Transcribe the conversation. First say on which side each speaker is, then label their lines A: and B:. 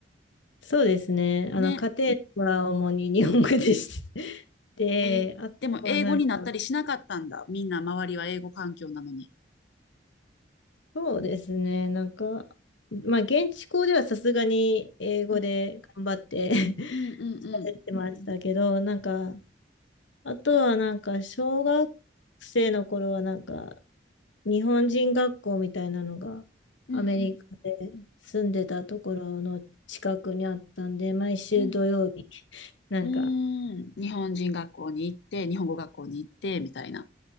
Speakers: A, on the left (about 85°); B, on the left (about 65°).
A: そうですね。
B: ね。
A: あの、家庭は主に日本語でして、で、
B: えーでも英語になったりしなかったんだ。
A: あとはなんか、
B: みんな周りは英語環境なのに。
A: そうですね。なんか、まあ、現地校ではさすがに英語で頑張って
B: うん、
A: <laughs>
B: うん、うん、
A: 喋ってましたけど、
B: うん、
A: なんか、あとはなんか、小学生の頃はなんか、日本人学校みたいなのがアメリカで住んでたところの近くにあったんで、
B: うん、
A: 毎週土曜日、
B: うん、うん。
A: なんか、
B: うーん。日本人学校に行って、日本語学校に行って、みたいな。